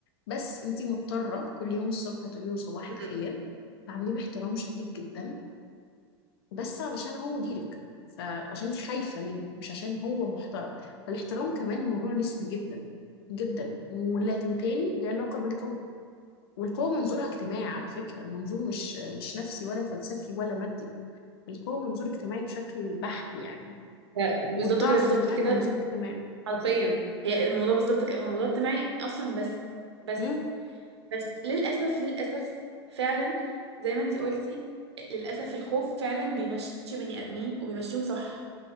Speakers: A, on the left; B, on the right.
A: بس انت مضطرة كل يوم الصبح تقولي له صباح
B: مم.
A: الخير تعامليه باحترام شديد جدا بس علشان هو مديرك فعشان انت خايفة منه مش عشان هو محترم فالاحترام كمان موضوع نسبي جدا جدا ولا- وتاني له علاقة بالقوة والقوة منظورها اجتماعي على فكرة المنظور مش مش نفسي ولا فلسفي ولا مادي القوة منظور اجتماعي بشكل بحت يعني
B: ف- بالظبط
A: والضعف
B: كده بالظبط
A: كمان
B: كده
A: منظور اجتماعي
B: حرفيا هي الموضوع بالظبط كده هو موضوع اجتماعي اصلا بس بس
A: امم
B: بس للاسف للاسف فعلا زي ما انت قلتي للاسف الخوف فعلا بيمشي بني ادمين وبيمشيهم صح